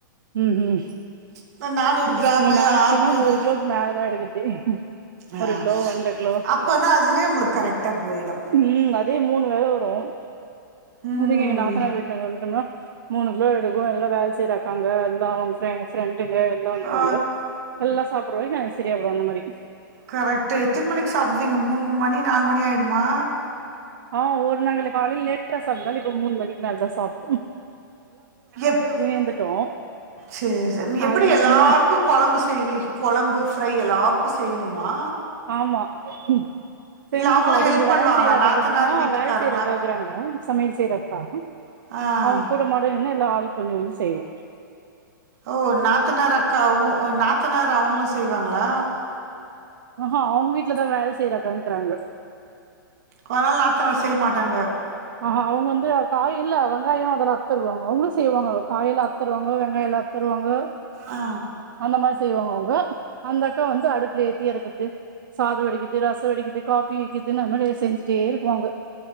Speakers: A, on the right; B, on the right.
A: ம் ம்
B: இந்த நானூறு கிராமு
A: இங்க மேக்சிமம்
B: ஆறுநூறு
A: ஒரு கிலோக்கு மேலதா எடுக்குறதே
B: ஆ
A: ஒரு கிலோ ஒன்ற கிலோ
B: அப்பன்னா அதுவே உங்களுக்கு கரெக்ட்டா போயிடு
A: ம் அதே மூணு வேள வரு
B: ம்
A: அதுக்கு எங்க நாத்தனார் வீட்டான்ட வந்துடோம்னா மூணு கிலோ எடுக்கு எல்லா வேல் செய்ற நாங்க <unintelligible> ஃப்ரெண்டுங்க எல்லா வந்துருவாங்க
B: ஆ
A: எல்லா சாப்பற்ற வரைக்கு <unintelligible> அந்த மாரி
B: கரெக்ட்டு எத்தின் மணிக்கு சாப்புடுவீங்க மூணு மணி நால் மணி ஆயிடுமா
A: ஆ ஒரு நாங்களே காலில லேட்டா சாப்தால இப்ப மூணு மணிக்கு மேல தா சாப்
B: எப்
A: இருந்துட்டோ
B: சேரி நீ எப்டி
A: அதனால
B: எல்லார்க்
A: மூணு
B: கு கொழம்பு செய்வி கொழம்பு ஃப்ரை எல்லாருக்கு செய்ணுமா
A: ஆமா ம் செஞ்சிருவே
B: இல்ல அவங்களா
A: அது
B: ஹெல்ப்
A: இங்க வேல
B: பண்ணுவாங்களா
A: செய்ற அக்காக்கு
B: நாத்தனார்
A: இருந்துதுனா
B: வீட்டுக்காரங்களா
A: வேல செய்ற அக்காகுறாங்க சமையல் செய்ற அக்கா
B: ஆ
A: ஊ கூட மாட நின்னு எல்லா ஆள்க் கொஞ்சோ கொஞ்சோ செய்வோ
B: ஓ நாத்தனார் அக்காவு நாத்தனார் அவுங்களு செய்வாங்களா
A: ஆஹா அவுங்க வீட்லதா வேல செய்ற அக்காவுங்கிறாங்க
B: அதனால நாத்தனார் செய் மாட்டாங்க
A: ஆ அவுங்க வந்து காய் இல்ல வங்காயோ அதுலா அர்த்தருவாங்கோ அவுங்குளு செய்வாங்கோ காய்லா அர்த்தருவாங்கோ வெங்காய்ல அர்த்தருவாங்கோ
B: ஆ
A: அந்த மார் செய்வாங்க அவுங்கோ அந்த அக்கா வந்து அடுப்புல ஏத்தி எரக்கர்து சாதோ வடிக்கர்து ரசோ வெடிக்கர்து காஃபி வெக்குதுன்னு அந்த மாரி எதா செஞ்சிட்டே இருக்குவாங்க